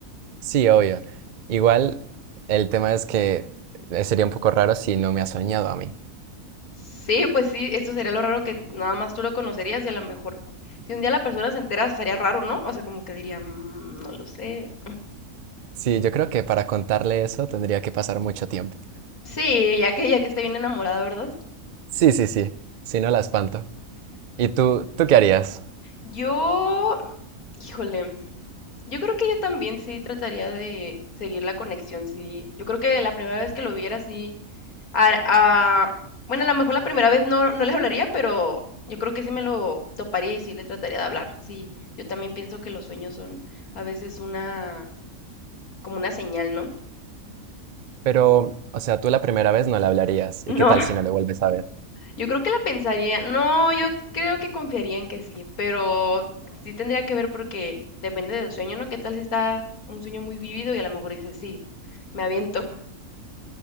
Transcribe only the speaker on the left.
Sí, pues sí, eso sería lo raro que nada más tú lo conocerías y a lo mejor si un día la persona se entera estaría raro, ¿no? O sea, como que diría, "Mm, no lo sé.
Sí, ya que ya que esté bien enamorada, ¿verdad?
Yo, híjole, yo creo que yo también sí trataría de seguir la conexión, sí. Yo creo que la primera vez que lo viera, sí. ar- ah, bueno, a lo mejor la primera vez no, no les hablaría, pero yo creo que sí me lo toparía y sí le trataría de hablar. Sí, yo también pienso que los sueños son a veces una, como una señal, ¿no?
<laughs>
No,
Yo creo que la pensaría, no, yo creo que confiaría en que sí, pero sí tendría que ver porque depende del sueño, ¿no? ¿Qué tal si está un sueño muy vívido y a lo mejor dices, sí, me aviento,